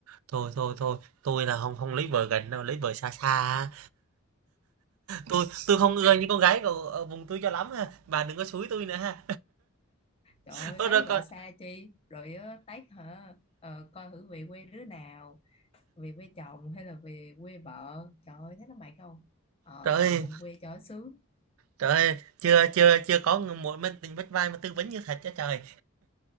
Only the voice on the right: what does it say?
Thôi thôi thôi, tôi là không không lấy vợ gần đâu, lấy vợ xa xa. á. Tôi tôi không ưa những con gái ở ở vùng tôi cho lắm ha. Bà đừng có xúi tôi nữa ha.
<laughs>
Ôi
rồi
còn
trời
ơi,
Trời ơi, chưa chưa chưa có người một mình tình vách vai mà tư vấn như thật cho trời.